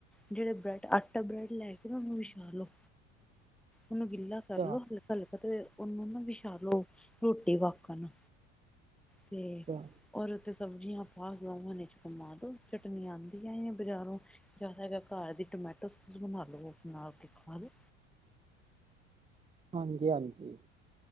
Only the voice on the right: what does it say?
ਅੱਛਾ,
ਅੱਛਾ।
ਹਾਂਜੀ ਹਾਂਜੀ।